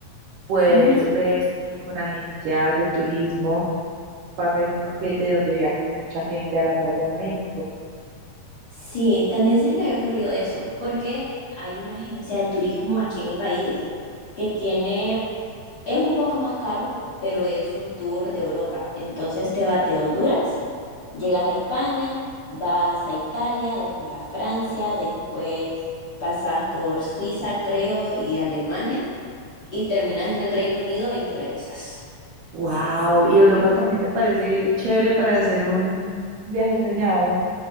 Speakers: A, on the right (about 75°); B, on the left (about 50°).
A: puedes
B: Ujú.
A: ver si con agencias de turismo pasa en un paquete donde viaje mucha gente a la playa de México.
B: Sí, también se me había ocurrido eso, porque hay una agencia de turismo aquí en mi país que tiene, es un poco más caro, pero es un tour de Europa. Entonces te vas de Honduras, llegas a España, vas a Italia, después a Francia, después pasas por Suiza, creo, y Alemania, y terminas en el Reino Unido y te regresas.
A: Wow, ¿y Europa también te parece chévere para hacer un viaje soñado?